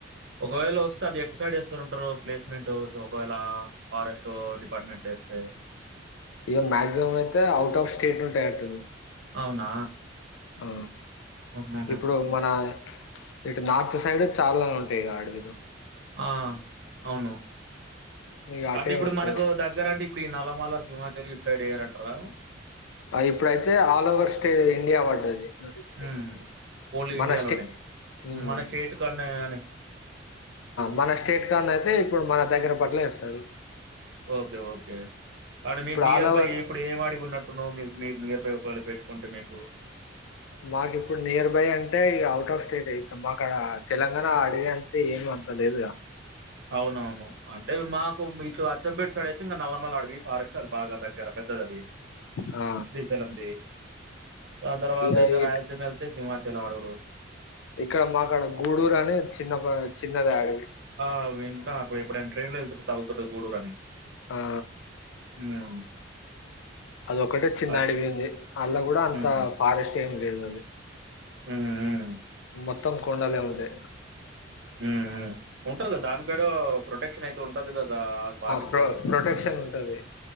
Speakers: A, on the right; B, on the left.
A: ఒకవేళ వస్తే అది ఎట్ సైడ్ వేస్తారు ఉంటారు ప్లేస్మెంట్ ఒకవేళ ఫారెస్ట్ డిపార్ట్మెంట్లు వేస్తే
B: ఇకో మాయాక్సిమం అయితే అవుట్ ఆఫ్ స్టేట్ ఉంటాయి అట్టుంది
A: అవునా?
B: ఆ
A: హుహుహు.
B: ఇప్పుడు మన ఇటు నార్త్ సైడ్ చాలానే ఉంటాయి అడవిలు
A: ఆ అవును
B: ఇగ అటే
A: అంటే ఇప్పుడు
B: వస్తది.
A: మనకు దగ్గర అంటే ఇప్పుడు ఈ నలమల సింహచల్ల ఇటు సైడ్ ఏరంట రా
B: ఆ ఇప్పుడైతే ఆల్ ఓవర్ స్టే ఇండియా పడది నోటిఫికేషన్
A: హ్మ్. ఓన్లీ
B: మన
A: ఇండియాలోనే.
B: స్టే హ్మ్మ్
A: మన స్టేట్ కన్నా అని
B: మన స్టేట్ క అయితే ఇప్పుడు మన దగ్గర అట్లే వేస్తారు
A: ఓకే ఓకే కానీ మీకు నియర్
B: ఆల్ ఓవర్
A: బై ఇప్పుడు ఏం అడిపోబుల్ ఇప్పుడు నువు మి నేర్బుయ్ బై ఒకవేళ పెట్టుకుంటే మీకు
B: మాకు ఇప్పుడు నియర్ బై అంటే ఇగ అవుట్ ఆఫ్ స్టేట్ యే ఇక మాక్కడ తెలంగాణ అడివి అంతే ఏమి అంత లేదు
A: అవును అవును అంటే మాకు మీతొ అచ్చంపేట్ ఇటు సైడ్ ఐతే ఇంగ నల్లమల అడవి ఫారెస్ట్ అది బాగా దగ్గర పెద్దది అది
B: ఆ
A: శ్రీశైలం ది దాని తర్వాత
B: ఇగ
A: ఇంకా రాయలసీమ
B: ఇక్
A: వెళ్తే సింహచలం అడవులు
B: ఇక్కడ మాకాడ గూడూరు అని చిన్న ప చిన్నది అడవి
A: ఆ వింటా అపుడు ఎపుడైనా ట్రైన్ లో వెళ్తుంటే తగుల్తుంటది గూడూరు అని
B: హా
A: హ్మ్.
B: అదొ ఒకటే చిన్న
A: అట్
B: అడిగి ఉంది అలా కూడా అంత
A: హుహు.
B: ఫారెస్ట్ ఏమి లేదు అదు <unintelligible>
A: హ్మ్ హ్మ్
B: మొత్తం కొండాలే ఉండే
A: హ్మ్ హ్మ్ ఉంటారు కదా దానికడ ప్రొటెక్షన్ అయితే ఉంట ఉంటది కదా ఆ వాటికి
B: ప్రొ
A: కూడా
B: ప్రొటెక్షన్ ఉంటది